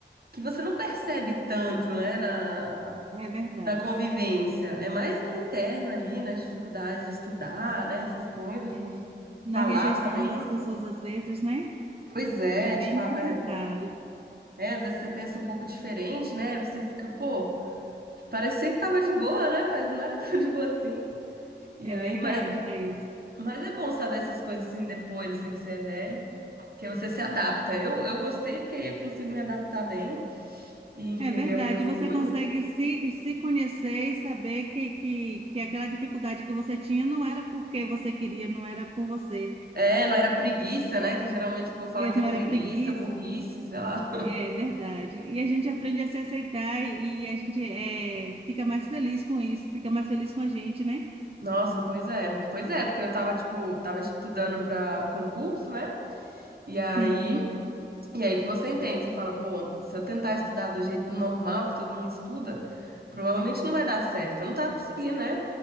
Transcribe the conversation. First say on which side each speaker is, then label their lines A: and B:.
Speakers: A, on the right; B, on the right.
A: que você não percebe tanto, né, na,
B: é verdade.
A: na convivência. É mais no interno ali, nas dificuldades de estudar, né, essas coisas.
B: É, Na
A: Falar
B: rejeição
A: também.
B: das pessoas, às vezes, né?
A: Pois é,
B: É bem
A: de fa-
B: complicado.
A: é, é, às vezes você pensa um pouco diferente, né? Aí Você fica, pô, Parecia que tava de boa, né? Mas não era <laughs> tão de boa assim. E
B: É
A: aí,
B: verdade,
A: mas,
B: Raíssa.
A: mas é bom saber essas coisas assim depois, assim, que você é velho, que você se adapta. Eu, eu gostei porque eu consigo me adaptar bem e entender
B: É verdade.
A: algumas
B: Você
A: coisas.
B: consegue se, se conhecer e saber que, que, que aquela dificuldade que você tinha não era porque você queria, não era por você.
A: É, não era preguiça, né? Que geralmente o povo fala
B: É,
A: que
B: Não
A: é
B: era
A: preguiça,
B: preguiça.
A: burrice, sei lá.
B: É verdade. E a gente aprende a se aceitar e e a gente é, fica mais feliz com isso, fica mais feliz com a gente, né?
A: Nossa, pois é. Pois é, porque eu tava, tipo, tava estudando pra concurso, né? E aí
B: Sim,
A: E aí que você entende, você fala, pô, se eu tentar estudar do jeito normal que todo mundo estuda, provavelmente não vai dar certo. Eu não tava conseguindo, né?